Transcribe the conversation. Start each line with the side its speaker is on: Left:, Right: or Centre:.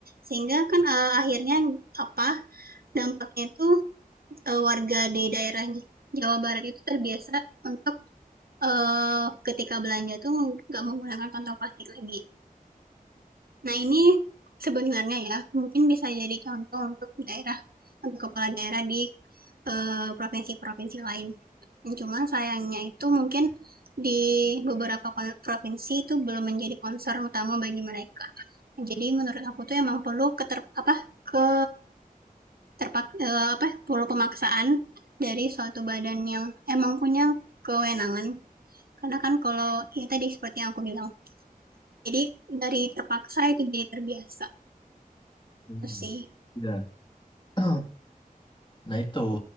Right: Sehingga kan eh, akhirnya apa dampaknya itu eee, warga di daerah Jawa Barat itu terbiasa untuk, eee, ketika belanja tuh nggak menggunakan kantong plastik lagi. Nah ini sebenarnya ya, mungkin bisa jadi contoh untuk daerah untuk kepala daerah di, eee, provinsi-provinsi uh, lain. Cuman sayangnya itu mungkin di beberapa provinsi itu belum menjadi concern utama bagi mereka. Jadi menurut aku tuh emang perlu keter apa, ke terpak eh, apa perlu pemaksaan dari suatu badan yang emang punya kewenangan karena kan kalau ya tadi seperti yang aku bilang jadi dari terpaksa itu jadi terbiasa
Left: Hmm.
Right: itu sih
Left: Ya. <clears throat> nah itu